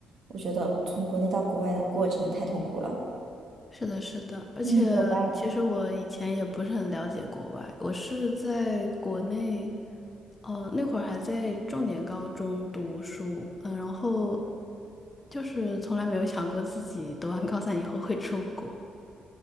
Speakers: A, on the right; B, on the left.
A: 我觉得从国内到国外的过程太痛苦了，
B: 是的，是的，而且其实我以前也不是很了解国外，
A: 嗯，没有办法。
B: 我是在国内，呃，那会儿还在重点高中读书，嗯，然后就是从来没有想过自己读完高三以后会出国，